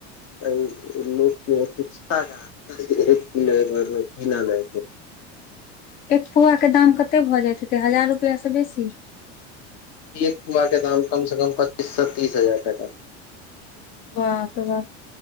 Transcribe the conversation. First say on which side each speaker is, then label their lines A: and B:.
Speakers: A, on the left; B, on the left.
A: अय लोकके एत इच्छा कहाँ एक किलो एक बेर मे किनल
B: एक पौआ के दाम ककते भऽ जाय हेते हजार रुपैआ से बेसी
A: एक पौआ के दाम कम से कम पच्चीससँ तीस हजार टका।
B: बाप रे बाप